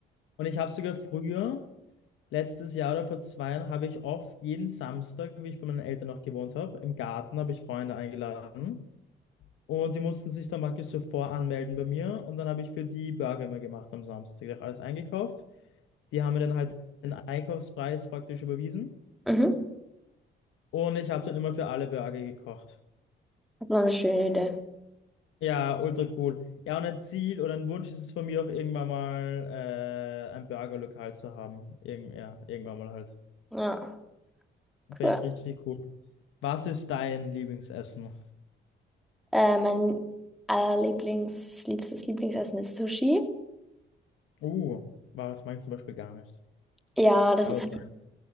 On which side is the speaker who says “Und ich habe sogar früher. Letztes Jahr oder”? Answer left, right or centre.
Left